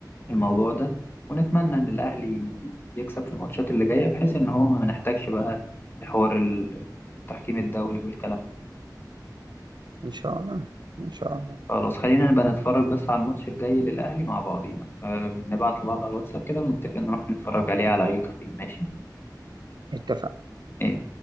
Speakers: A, on the left; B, on the right.
A: الموضوع ده ونتمنى ان الاهلي يكسب في الماتشات اللي جايه بحيث ان هو ما نحتاجش بقى لحوار ال- التحكيم الدولي والكلام ده.
B: ان شاء الله ان شاء الله
A: خلاص خلينا نبقى نتفرج بس على الماتش الجاي للاهلي مع بعضينا آه، نبعت لبعض على الواتساب كده ونتفق نروح نتفرج عليه على اي كافيه ماشي
B: اتفقنا
A: إيه،